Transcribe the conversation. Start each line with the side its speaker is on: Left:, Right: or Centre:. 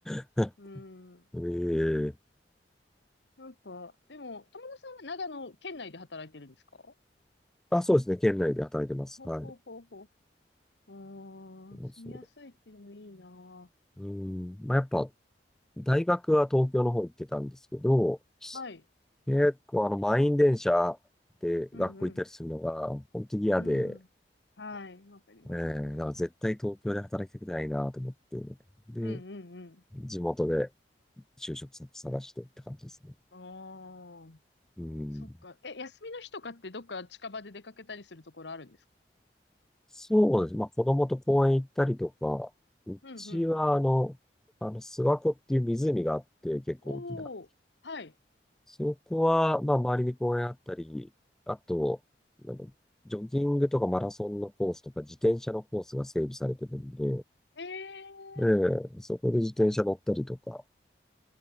Centre: <laughs>
Left: うん。
Centre: ええ
Left: なんか、でも、友野さんは長野県内で働いてるんですかほ
Centre: あ、そうですね。県内で働いてます。
Left: うほうほうほ
Centre: はい。
Left: うああ、
Centre: そう。
Left: 住みやすいってでもいいな。
Centre: うん。まあ、やっぱ、大学は東京の方行ってたんですけど、
Left: はい。
Centre: 結構あの、満員電車で学校行ったりするのが、
Left: うんうん。
Centre: 本当に嫌で、
Left: うん。はい。わかります。
Centre: ええだから絶対東京で働きたくないなと思って、
Left: うん
Centre: で、
Left: うん
Centre: 地元で就職先探してって感じですね。
Left: うん。ああ、
Centre: うん。
Left: そっか。え、休みの日とかってどっか近場で出かけたりするところあるんですか
Centre: そうです。まあ、子供と公園行ったりとか、うちは、
Left: うんうんうん。
Centre: あの、あの、諏訪湖っていう湖があって、結構大きな。
Left: おお、はい。
Centre: そこは、まあ、周りに公園あったり、あと、なんか、ジョギングとかマラソンのコースとか、自転車のコースが整備されてるんで、
Left: ええ
Centre: ええそこで自転車乗ったりとか、